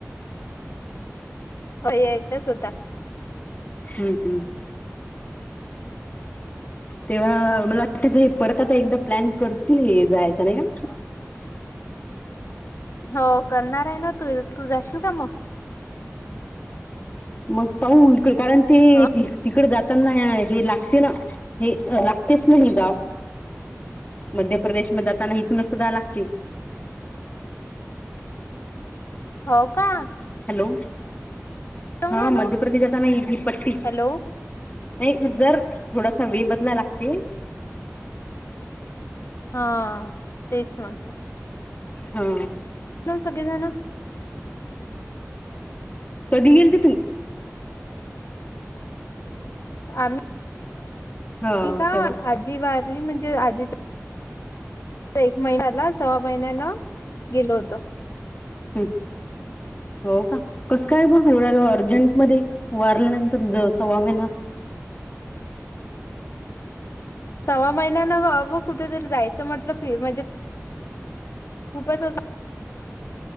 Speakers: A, on the left; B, on the left.
A: हो एकटच होता
B: हम्मम् तेव्हा मला वाटत परत आता एकदा प्लॅन करतील हे जायच नाही का
A: हो करणार आहे ना तू तू जाशील का मग
B: मग पाहू इकड कारण ते
A: अ
B: तिकड जाताना हे लागते ना हे लागतेच नाही गाव मध्य प्रदेश मध्ये आताना ह तुून स दा लागतील
A: हो का
B: हॅलो
A: जाऊन
B: हा
A: आलो
B: मध्य प्रदेश आात नाहीी पट्टी
A: हॅलो
B: नाही जर थोडासा वे बदला लागते
A: हा तेच म्हटलं
B: हा
A: प सगळेजण
B: कधी गेलते तुम्ही
A: आम्ही
B: हा
A: का
B: तेव्हा
A: आजी वारली म्हणजे आजीच एक महिन्याला सव्वा महिन्याला गेलो होतो
B: हम् हो का कसं काय पण एव्हढ्या अर्जंटमध्येध्ये वारल्यानंतर सव्वा महिना
A: <inaudible> सव्वा महिन्यान ह कुठेतरी जायचं म्हटलं फि म्हणजे खूपच अस